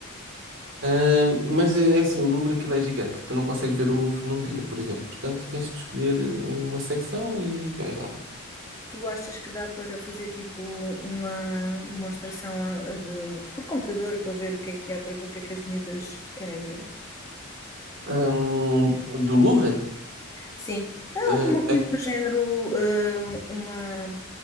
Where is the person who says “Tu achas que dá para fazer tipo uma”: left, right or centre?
Left